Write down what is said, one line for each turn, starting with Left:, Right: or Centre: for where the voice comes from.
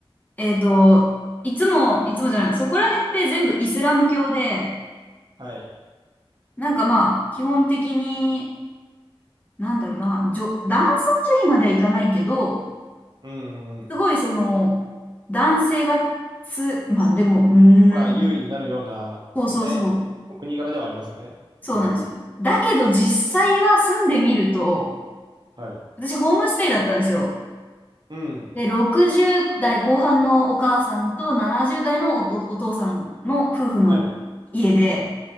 Left: えっと、いつも、いつもじゃない、そこら辺って全部イスラム教で、
Right: はい。
Left: なんかまあ、基本的に、なんだろうな、じょ、男尊女卑まではいかないけど、
Right: うん、うん。
Left: すごいその、男性がつ、まあでも、うーん、
Right: まあ、優位になるような、
Left: そうそうそう。
Right: ね、お国柄ではありますよね。
Left: そうなんですよ。
Right: うん。
Left: だけど実際は住んでみると、
Right: はい。
Left: 私ホームステイだったんですよ。
Right: うん。
Left: で、60代後半のお母さんと70代のおと、お父さんの夫婦の家で、
Right: はい。